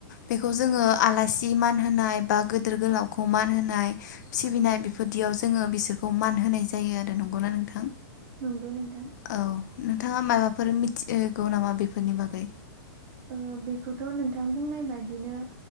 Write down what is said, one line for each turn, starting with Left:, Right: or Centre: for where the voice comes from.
Left: बेखौ जोङो आलासि मान होनाय बा गोदेर गोलावखौ मान होनाय सिबिनाय बेफोरदियाव जोङो बिसोरखौ मान होनाय जायो आरो नंगौना नोंथां
Right: नंगौ नोंथां
Left: औ नोंथाङा माबाफोर मिथिगौ नामा बेफोरनि बागै
Right: ओम बेखौथ नोंथां बुंनाय बायदिनो